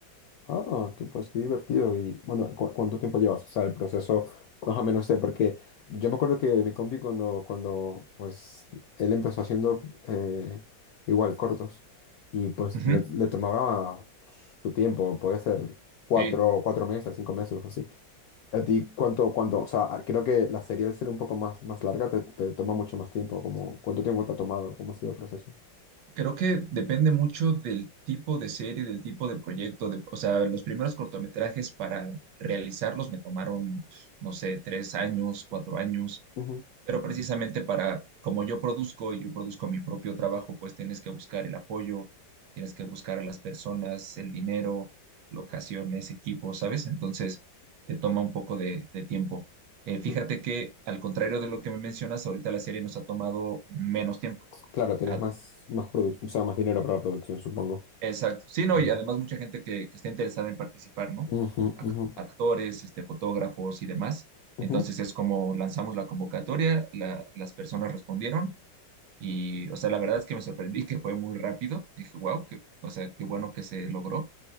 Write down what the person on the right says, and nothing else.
Ujú,
Sí.
Creo que depende mucho del tipo de serie, del tipo de proyecto. de- o sea, los primeros cortometrajes para realizarlos me tomaron, no sé, tres años, cuatro años,
pero precisamente para, como yo produzco y yo produzco mi propio trabajo, pues tienes que buscar el apoyo, tienes que buscar a las personas, el dinero, locaciones, equipos, ¿sabes? Entonces, te toma un poco de, de tiempo. Eh, fíjate
que, al contrario de lo que me mencionas, ahorita la serie nos ha tomado menos tiempo
A-
Exacto. Sí, no,
y además mucha gente que, que está interesada en participar, ¿no?
Ac-
actores, este, fotógrafos y demás.
Entonces es como lanzamos la convocatoria, la- las personas respondieron y, o sea, la verdad es que me sorprendí <laughs> que fue muy rápido. Dije, wow, o sea, qué bueno que se logró